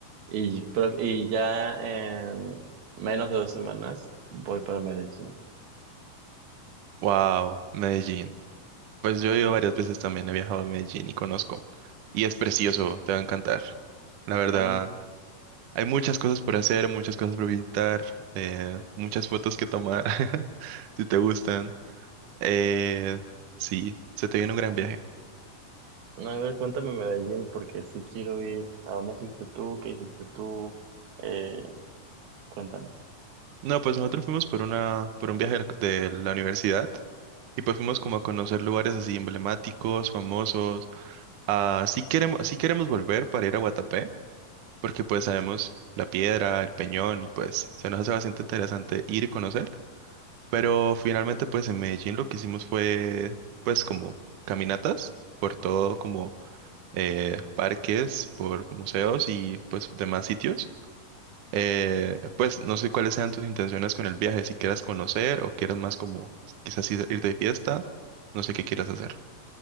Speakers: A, on the right; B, on the right.
A: y, pro- y ya en menos de dos semanas voy para Medellín.
B: Wow, Medellín. Pues yo he ido varias veces también, he viajado a Medellín y conozco. Y es precioso, te va a encantar. La verdad,
A: Ay,
B: hay muchas cosas por hacer, muchas cosas por visitar, eh, muchas fotos que tomar, <laughs> si te gustan. Eh, sí, se te viene un gran viaje.
A: a ver, cuéntame Medellín porque sí quiero ir. ¿A dónde fuiste tú? ¿Qué hiciste tú? Eh, cuéntame.
B: No, pues nosotros fuimos por una, por un viaje de la universidad Y pues fuimos como a conocer lugares así emblemáticos, famosos. Ah, sí queremos, sí queremos volver para ir a Guatapé, porque pues sabemos la piedra, el peñón y pues se nos hace bastante interesante ir y conocer. Pero finalmente pues en Medellín lo que hicimos fue pues como caminatas por todo como eh, parques, por museos y pues demás sitios. Eh, pues no sé cuáles sean tus intenciones con el viaje, si quieras conocer o quieras más como quizás ir ir de fiesta, no sé qué quieras hacer.